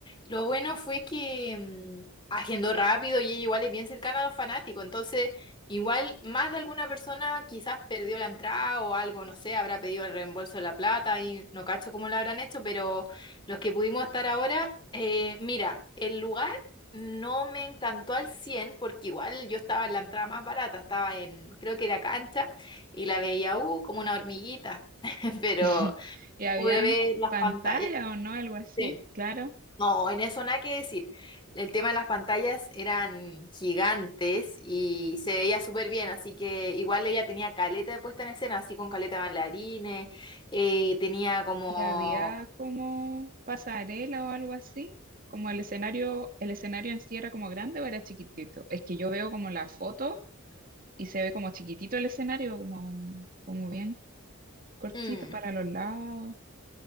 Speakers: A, on the left; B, on the right.
A: Lo bueno fue que mm, agendó rápido y ella igual es bien cercana a los fanáticos, entonces igual más de alguna persona quizás perdió la entrada o algo, no sé, habrá pedido el reembolso de la plata y no cacho cómo lo habrán hecho, pero los que pudimos estar ahora, eh, mira, el lugar no me encantó al 100 porque igual yo estaba en la entrada más barata, estaba en, creo que era cancha y la veía, uh, como una hormiguita, <laughs> pero...
B: <laughs> Y había
A: Pude ver las
B: pantalla
A: pantallas.
B: o no, algo así,
A: sí.
B: claro.
A: No, en eso nada que decir. El tema de las pantallas eran gigantes y se veía súper bien, así que igual ella tenía caleta de puesta en escena, así con caleta de bailarines, eh, tenía como...
B: Y había como pasarela o algo así, como el escenario, el escenario en sí era como grande o era chiquitito. Es que yo veo como la foto y se ve como chiquitito el escenario, como, como bien cortito
A: mm,
B: para los lados.